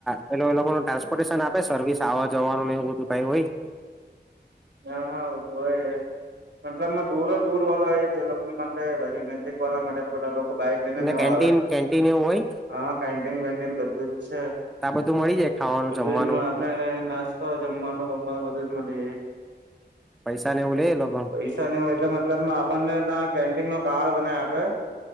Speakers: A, in the centre; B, on the right.
A: પે એ લોકોનું ટ્રાન્સપોર્ટેશન આપે સર્વિસ આવવા જવાનું એવું બધું સા હોહી
B: હા હા બધું હોય મતલબમાં દૂરો દૂર વાળ હોય છે લોકો માટે મેજીિક વાળલા માટે તો બધા લોકો બાઈક લઈનેવા
A: ને કેન્ટીન
B: આવે
A: કેન્ટીન એવું હોય
B: હા કેન્ટીન વેન્ટીન બધું જ છે
A: આ બધું મળી જાય ખાવાનું
B: બધું
A: જમવાનું
B: જ આપને નાસ્તો જમવાનુંમવાનું બધું જ મળી જાય
A: પૈસા ને એવું લે એ લોકો
B: પૈસા ને હું એટલે મતલબ આપણને ત પેિંગ નો કાર્ડ બને આપે